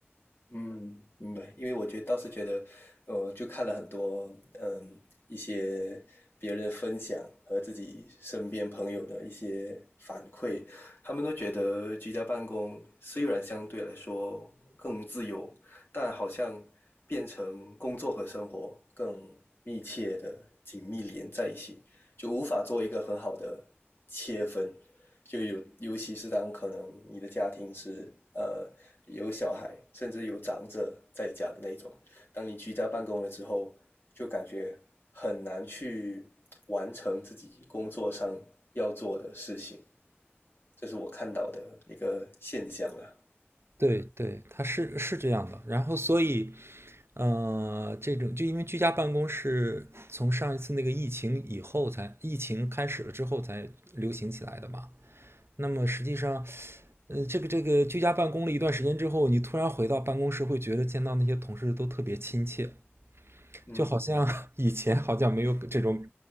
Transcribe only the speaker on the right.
对对，他是是这样的。然后所以呃，这种就因为居家办公是从上一次那个疫情以后才，疫情开始了之后才流行起来的嘛。那么实际上，呃，这个这个居家办公了一段时间之后，你突然回到办公室，会觉得见到那些同事都特别亲切，
就好像 <laughs> 以前好像没有这种，